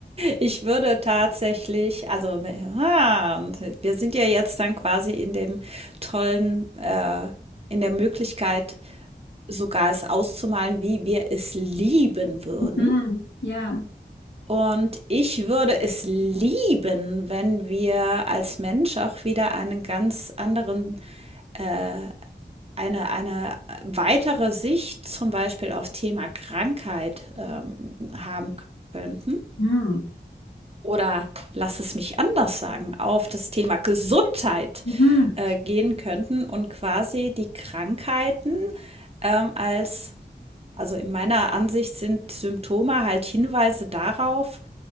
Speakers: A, on the right (about 35°); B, on the left (about 80°).
A: ich würde tatsächlich also, ah, und wir sind ja jetzt dann quasi in dem tollen äh, in der Möglichkeit, sogar es auszumalen, wie wir es lieben würden.
B: Mhm. Ja.
A: Und ich würde es lieben, wenn wir als Mensch auch wieder einen ganz anderen, äh, eine, eine weitere Sicht zum Beispiel auf Thema Krankheit ähm, haben könnten.
B: Mhm.
A: oder lass es mich anders sagen, auf das Thema Gesundheit
B: Mhm.
A: äh, gehen könnten und quasi die Krankheiten ähm, als, also in meiner Ansicht sind Symptome halt Hinweise darauf,